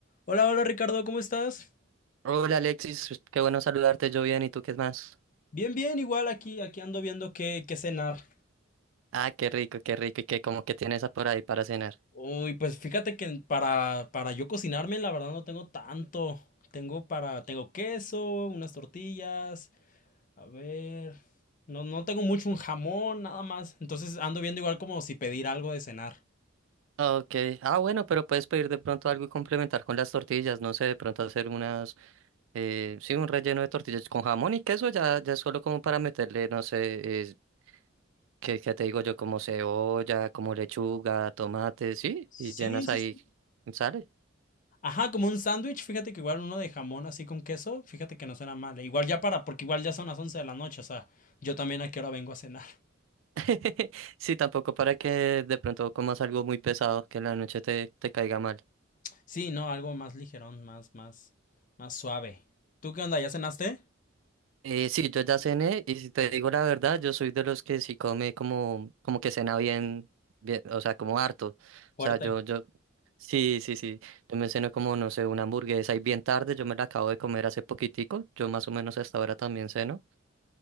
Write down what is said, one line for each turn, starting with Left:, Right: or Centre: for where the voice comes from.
Left: Hola, hola Ricardo, ¿cómo estás?
Right: Hola Alexis, pues, qué bueno saludarte, yo bien, ¿y tú qué más?
Left: Bien, bien, igual aquí, aquí ando viendo qué, qué cenar.
Right: Ah, qué rico, qué rico, y qué como que tienes por ahí para cenar.
Left: Uy, pues fíjate que para, para yo cocinarme, la verdad no tengo tanto. Tengo para, tengo queso, unas tortillas, a ver, no, no tengo mucho un jamón, nada más. Entonces ando viendo igual como si pedir algo de cenar.
Right: Ah, Ok, ah bueno, pero puedes pedir de pronto algo y complementar con las tortillas, no sé, de pronto hacer unas, eh, sí, un relleno de tortillas con jamón y queso, ya, ya es solo como para meterle, no sé, eh, ¿qué, qué te digo yo? Como cebolla, como lechuga, tomate, sí,
Left: Sí,
Right: y llenas
Left: sí,
Right: ahí,
Left: sí.
Right: sale.
Left: Ajá, como un sándwich, fíjate que igual uno de jamón así con queso, fíjate que no suena mal. eh, Igual ya para, porque igual ya son las 11 de la noche, o sea, yo también a qué hora vengo a cenar.
Right: <laughs> Sí, tampoco para que de pronto comas algo muy pesado, que en la noche te, te caiga mal.
Left: Sí, no, algo más ligerón, más, más, más suave. ¿Tú qué onda? ¿Ya cenaste?
Right: Eh, sí, yo ya cené y si te digo la verdad, yo soy de los que sí come como, como que cena bien, bien, o sea, como harto. O
Left: Fuerte.
Right: sea, yo, yo, sí, sí, sí, yo me ceno como, no sé, una hamburguesa y bien tarde, yo me la acabo de comer hace poquitico, yo más o menos hasta ahora también ceno.